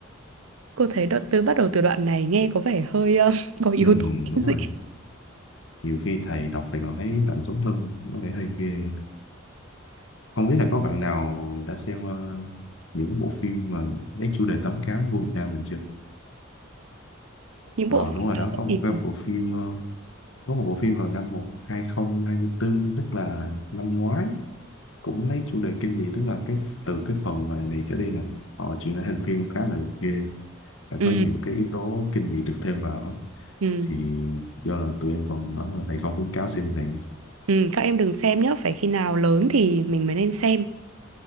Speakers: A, on the right (about 80°); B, on the left (about 65°).
A: Cô thấy đoạn từ bắt đầu từ đoạn này nghe có vẻ hơi ờ, có yếu
B: ừ,
A: tố kinh
B: đúng
A: dị.
B: rồi nhiều khi thầy đọc thầy còn thấy lạnh sống lưng có vẻ hơi ghê không biết là có bạn nào đã xem ờ, những bộ phim mà lấy chủ đề tấm cám của Việt Nam mình chưa
A: những
B: ờ
A: bộ phim
B: đúng rồi
A: đó
B: đó có một
A: thì
B: cái bộ phim ờ, có một bộ phim vào năm một 2024 tức là năm ngoái cũng lấy chủ đề kinh dị tức là cái từ cái phần này, này trở đi nè họ chuyển lại thành phim khá là ghê và
A: ừ,
B: có nhiều cái yếu tố kinh dị được thêm vào á.
A: ừ,
B: thì do là tụi em còn nói là thầy không khuyến cáo xem này
A: ừ, các em đừng xem nhé phải khi nào lớn thì mình mới nên xem